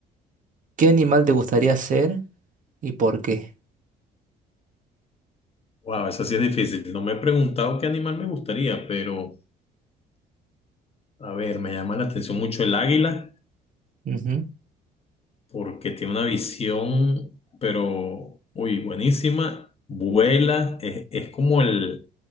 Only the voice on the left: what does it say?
Wow, eso sí es difícil. No me he preguntado qué animal me gustaría, pero a ver, me llama la atención mucho el águila.
porque tiene una visión, pero, uy, buenísima, vuela, es, es como el,